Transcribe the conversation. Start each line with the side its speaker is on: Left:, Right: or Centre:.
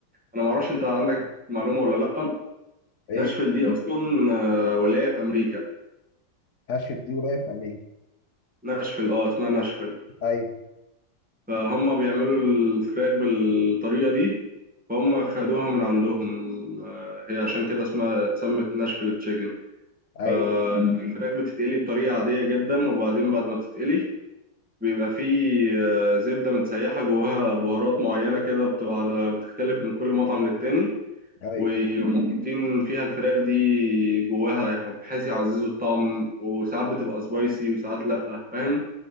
Centre: أنا معرفش أنت عندك معلومة ولا لأ
Left: إيه
Centre: ناشفيل دي أصلا آه، ولاية في أمريكا
Left: هاشت دي ورايا في أمريكا
Centre: ناشفيل أه اسمها ناشفيل
Left: أيوه
Centre: فهم بيعملوا الفراخ بالطريقة دي فهم خدوها من عندهم آه، هي عشان كده اسمها اتسمت ناشفيل تشيكن
Left: أيوه
Centre: فالفراخ بتتقلي بطريقة عادية جدا وبعدين بعد ما تتقلي بيبقى فيه آه، زبدة متسيحة جواها بهارات معينة كده بتبقى على بتختلف من كل مطعم للتاني
Left: أيوه
Centre: وحاطين فيها الفراخ دي جواها بحيث يعززوا الطعم وساعات بتبقى سبايسي وساعات لأ فاهم